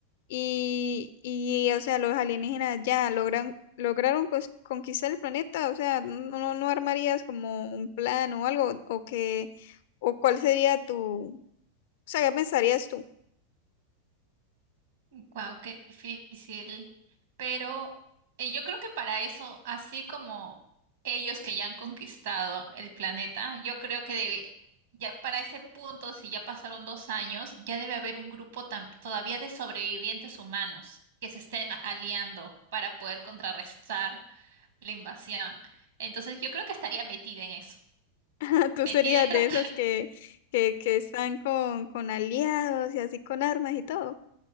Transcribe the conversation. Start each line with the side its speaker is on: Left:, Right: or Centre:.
Left: y, y o sea, los alienígenas ya logran, lograron cos- conquistar el planeta. O sea, no, no no armarías como un plan o algo, o que, o cuál sería tu, o sea, ¿qué pensarías tú?
Right: Wow, qué difícil. Pero eh, yo creo que para eso, así como ellos que ya han conquistado el planeta, yo creo que debe, ya para ese punto, si ya pasaron dos años, ya debe haber un grupo tam- todavía de sobrevivientes humanos que se estén aliando para poder contrarrestar la invasión. Entonces yo creo que estaría metida en eso,
Left: <laughs> Tú
Right: metida
Left: serías de esas
Right: en
Left: que, que, que están con, con aliados y así con armas y todo.